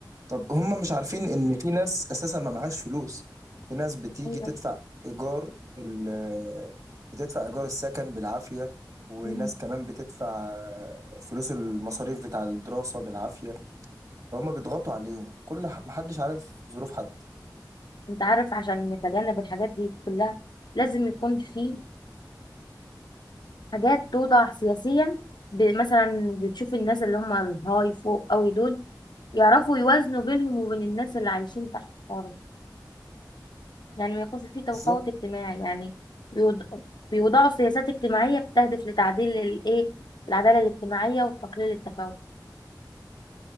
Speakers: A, on the right (about 50°); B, on the left (about 70°).
A: طب هم مش عارفين إن في ناس أساسا ما معهاش فلوس في ناس بتيجي
B: حقيقة.
A: تدفع إيجار ال بتدفع إيجار السكن بالعافية وناس
B: مم.
A: كمان بتدفع فلوس المصاريف بتاع الدراسة بالعافية فهم بيضغطوا عليهم كل ح- محدش عارف ظروف حد
B: انت عارف عشان نتجنب الحاجات دي كلها لازم يكون في حاجات توضع سياسيا ب- مثلا بتشوف الناس اللي هم الهاي فوق قوي دول يعرفوا يوازنوا بينهم وبين الناس اللي عايشين تحت خالص يعني ما يكونش فيه تفاوت
A: بالظبط
B: اجتماعي يعني بيوض- بيوضعوا سياسات اجتماعية بتهدف لتعديل الايه العدالة الاجتماعية وتقليل التفاوت